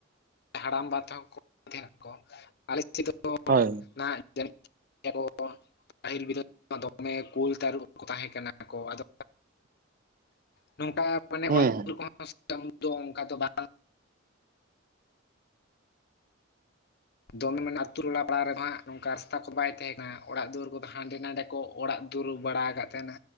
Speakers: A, on the left; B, on the right.
A: ᱦᱟᱲᱟᱢ ᱵᱟ ᱛᱟᱦᱮᱠᱚ ᱛᱟᱦᱮᱱᱟᱠᱚ <inaudible> ᱫᱚ
B: ᱦᱳᱭ
A: ᱱᱟ <unintelligible> ᱯᱟᱹᱦᱤᱞ ᱵᱤᱫᱟᱹ ᱫᱚᱢᱮ ᱠᱩᱞ ᱛᱟᱹᱨᱩᱵ ᱠᱚ ᱛᱟᱦᱮᱸ ᱠᱟᱱᱟ ᱠ, ᱚ ᱟᱫᱚᱼᱼ
B: <unintelligible>
A: ᱱᱚᱝᱠᱟ ᱢᱟᱱᱮ
B: ᱦᱩᱸ
A: ᱚᱲᱟᱜ ᱫᱤᱣᱟᱹᱨ ᱠᱚᱦᱚᱸ ᱫᱚ ᱩᱱᱫᱚ ᱚᱱᱠᱟ ᱫᱚ ᱵᱟᱝ᱾ ᱫᱚᱢᱮ ᱟᱱ ᱟᱛᱳ ᱴᱚᱞᱟ ᱯᱟᱲᱟ ᱨᱮᱫᱚ ᱦᱟᱸᱜ ᱱᱚᱝᱠᱟ ᱨᱟᱥᱛᱟ ᱠᱚ ᱵᱟᱭ ᱛᱟᱦᱮᱸ ᱠᱟᱱᱟ ᱚᱲᱟᱜ ᱫᱩᱣᱟᱹᱨ ᱠᱚᱫᱚ ᱦᱟᱸᱰᱮ ᱱᱟᱰᱮᱼᱼ ᱠᱚ ᱚᱲᱟᱜ ᱫᱩᱣᱟᱹᱨ ᱵᱟᱲᱟ ᱟᱠᱟᱫ ᱛᱟᱦᱮᱱᱟ